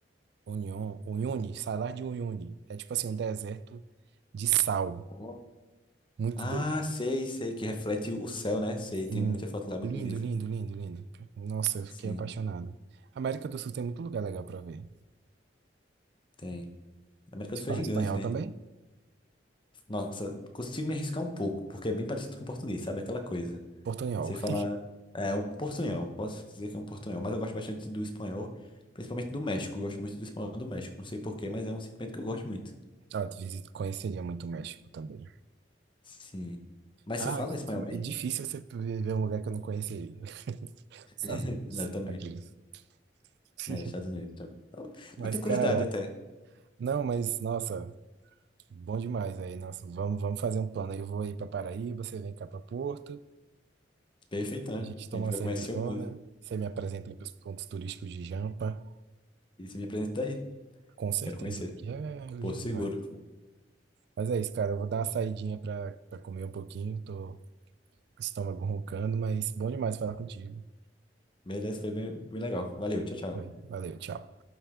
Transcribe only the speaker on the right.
União, Uyuni, salar de Uyuni. É tipo assim, um deserto de sal.
Muito
doido.
Sim.
Lindo,
lindo, lindo, lindo. Nossa, eu fiquei
apaixonado. América do Sul tem muito lugar legal para ver.
Você
fala
espanhol
também?
Portunhol.
<laughs>
Ah, tu visita- conheceria muito o México também.
Ah,
é difícil você ver um lugar que eu não conheceria. <laughs>
Estados Unidos,
aqueles. <laughs>
Mas,
cara,
não, mas, nossa, bom demais aí. Nossa, vamos, vamos fazer um plano. Eu vou aí para Paraíba, você vem cá para Porto,
a gente toma
uma
cervejona,
você me apresenta aí para os pontos turísticos de Jampa.
Com certeza,
aqui é lindo
demais. Mas é isso, cara. Eu vou dar uma saidinha pra, pra comer um pouquinho. Tô com o estômago roncando, mas bom demais falar contigo.
Foi, Valeu, tchau.